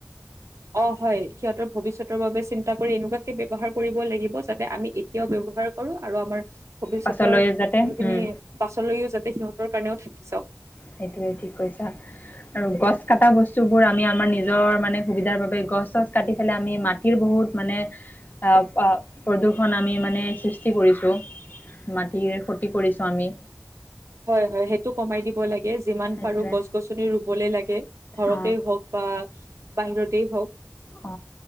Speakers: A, on the right; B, on the left.
A: অ হয় সিহঁতৰ ভৱিষ্যতৰ বাবে চিন্তা কৰি এনেকুৱাকে ব্যৱহাৰ কৰিব লাগিব যাতে আমি এতিয়াও ব্যৱহাৰ কৰো আৰু আমাৰ ভৱিষ্যতৰ
B: পাছলৈ যাতে
A: যোনখিনি
B: উম
A: পাছলৈও যাতে সিহঁতৰ কাৰণেও থাকি যাওক।
B: সেইটোৱে ঠিক কৈছা আৰু গছ কটা বস্তুবোৰ আমি আমাৰ নিজৰ মানে সুবিধাৰ বাবে গছ চছ কাটি পেলাই আমি মাটিৰ বহুত মানে আহ প্ৰদূৰষন আমি মানে সৃষ্টি কৰিছো মাটিৰ ক্ষতি কৰিছো আমি।
A: হয় হয় সেইটো কমাই দিব লাগে। যিমান
B: সেইটোৱে
A: পাৰো গছ গছনি ৰুবলে লাগে। ঘৰতেই
B: অ
A: হওক বা বাহিৰতেই হওক ।
B: অ